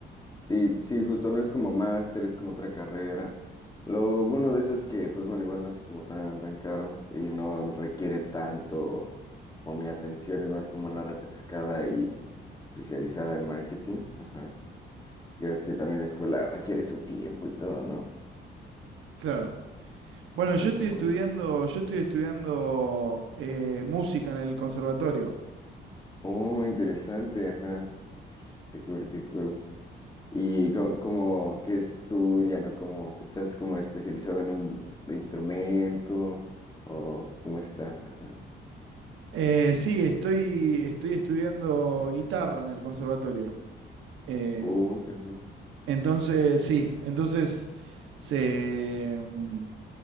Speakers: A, on the left; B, on the right.
A: Sí, sí, justo no es como máster, es como otra carrera. Lo bueno de eso es que, pues bueno, igual no es como tan, tan caro y no requiere tanto como mi atención, es más como una refrescada y especializada en marketing. Ajá. Ya es que también la escuela requiere su tiempo y todo, ¿no?
B: Claro. Bueno,
A: Sí,
B: yo estoy
A: sí, sí.
B: estudiando, yo estoy estudiando eh, música en el conservatorio.
A: Oh, interesante, ajá. Qué cool, qué cool. ¿Y co- como qué estudian o cómo estás como especializado en un instrumento o cómo está? Ajá.
B: Eh, sí, estoy, estoy estudiando guitarra en el conservatorio. Eh,
A: Uh, ajá.
B: Entonces, sí, entonces se mm,